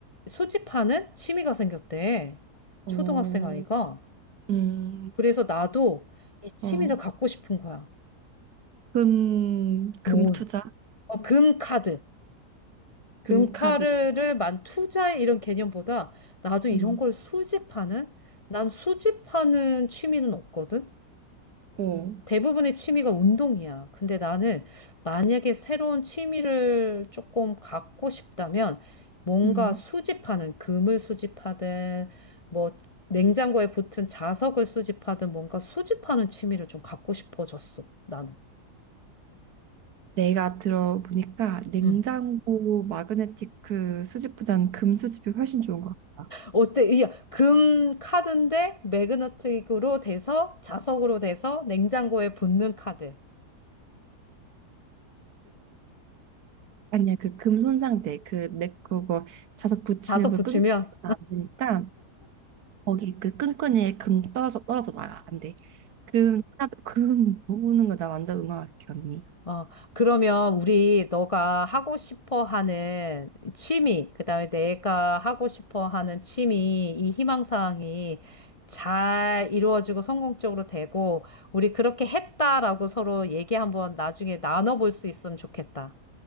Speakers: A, on the left; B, on the right.
A: 수집하는 취미가 생겼대.
B: 어,
A: 초등학생 아이가.
B: 음,
A: 그래서 나도 이 취미를
B: 어.
A: 갖고 싶은 거야.
B: 금,
A: 모으는.
B: 금 투자?
A: 어, 금 카드. 금카르를
B: 금카드.
A: 만 투자해 이런 개념보다 나도 이런
B: 음.
A: 걸 수집하는? 난 수집하는 취미는 없거든?
B: 오.
A: 대부분의 취미가 운동이야. 근데 나는 만약에 새로운 취미를 조금 갖고 싶다면 뭔가
B: 음.
A: 수집하는, 금을 수집하든, 뭐, 냉장고에 붙은 자석을 수집하든 뭔가 수집하는 취미를 좀 갖고 싶어졌어, 나는.
B: 내가 들어보니까 냉장고
A: 응.
B: 마그네틱 수집보단 금 수집이 훨씬 좋은 것 같다.
A: 어때? 이게 금 카드인데 매그너틱으로 돼서 자석으로 돼서 냉장고에 붙는 카드.
B: 아니야, 그 금 손상대, 그 내 그거 자석 붙이는
A: 자석
B: 그
A: 붙이면
B: 끈끈이 안 되니까 거기 그 끈끈이에 금 떨어져 떨어져 나가 안 돼. 금 카드 금 모으는 거 나 완전 응원할게 언니.
A: 어 그러면 우리 너가 하고 싶어 하는 취미, 그다음에 내가 하고 싶어 하는 취미 이 희망 사항이 잘 이루어지고 성공적으로 되고 우리 그렇게 했다라고 서로 얘기 한번 나중에 나눠볼 수 있으면 좋겠다.